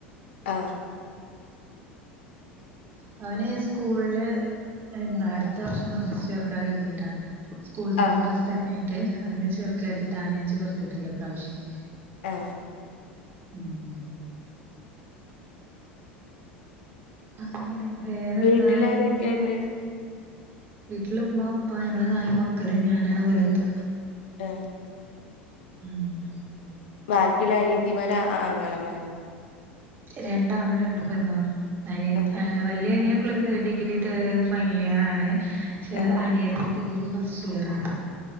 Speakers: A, on the left; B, on the right.
A: ആഹ്
B: <inaudible> അവന് സ്കൂളില് എന്താ അടുത്ത വർഷം മദ്രസ് ചേർക്കാ കെര്തിട്ടാ സ്കൂൾത്തെ
A: ആഹ്
B: മദ്രസ്ഥതന്നായിട്ട് അങ്ങനെ ചേർക്കാര്ത്തിട്ടാ അവനെ ഞാൻ ചേർത്തിട്ടില്ലാ ഇപ്രാവശ്യം
A: <unintelligible>
B: ഉം അങ്ങനെ വേറെന്താ
A: വീട്ടിലാരൊക്കേണ്ട്?
B: വീട്ടില് ഉമ്മ, ഉപ്പ, ഞങ്ങള് നാല് മക്കള്. ഞാനാണ് വല്ത്.
A: <unintelligible>
B: <unintelligible>
A: ബാക്കിയുള്ള അനിയത്തിമാര അ ആങ്ങളമാരു
B: രണ്ടാണും രണ്ട് പെണ്ണും അനിയ
A: ആഹ്
B: ഏഹ് വല്ല്യനിയൻ പ്ലസ് ഡിഗ്രി ത് ഫൈനല് ഇയറ് ആണ്. ക്ഷെ
A: ആഹ്
B: അനിയത്തി ഡിഗ്രി ഫസ്റ്റ് ഇയറാണ്.